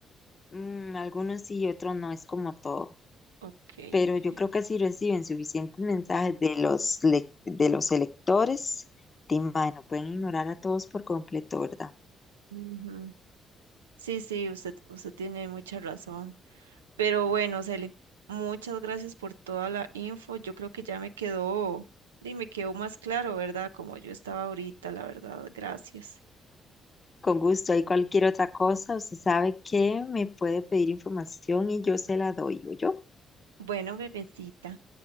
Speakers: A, on the left; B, on the right.
A: Mm, algunos sí y otros no, es como todo.
B: Ok,
A: Pero
B: ok.
A: yo creo que si reciben suficientes mensajes de los, lec- de los electores, di, mae, no pueden ignorar a todos por completo, ¿verdad?
B: Ujú. Sí, sí, usted, usted tiene mucha razón. Pero bueno, Cele, muchas gracias por toda la info. Yo creo que ya me quedó, y me quedó más claro, ¿verdad? Como yo estaba ahorita, la verdad. Gracias.
A: Con gusto, hay cualquier otra cosa, usted sabe que me puede pedir información y yo se la doy, ¿oyó?
B: Bueno, bebecita.